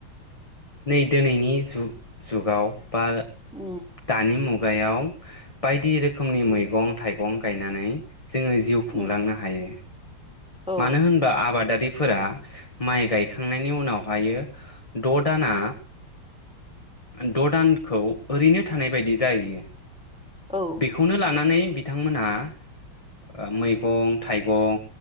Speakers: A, on the left (about 20°); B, in the centre.
A: नै दिनैनि जुग जुगाव बा
B: उम
A: दानि मुगायाव बायदि रोखोमनि मैगं थाइगं गायनानै जोङो जिउ खुंलांनो
B: उम
A: हायो।
B: औ
A: मानो होनबा आबादारि फोरा माइ गायखांनायनि उनावहायो द' दाना द' दानखौ ओरैनो थानाय बायदि जाहैयो।
B: औ
A: बेखौनो लानानै बिथांमोना ओ मैगं थाइगं